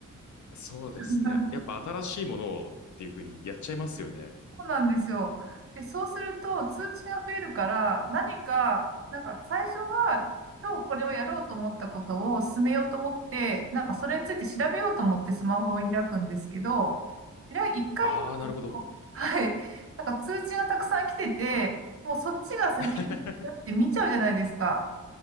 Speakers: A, on the left (about 65°); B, on the right (about 45°).
A: そうですね。
B: <laughs>
A: やっぱ新しいものをっていうふうにやっちゃいますよね。
B: そうなんですよ。で、そうすると通知が増えるから、何か、なんか最初は今日これをやろうと思ったことを進めようと思って、なんかそれについて調べようと思ってスマホを開くんですけど、開い一回開くとはい。
A: ああ、なるほど。
B: なんか通知がたくさん来てて、もうそっちが先にやって見ちゃうじゃないですか。
A: <laughs>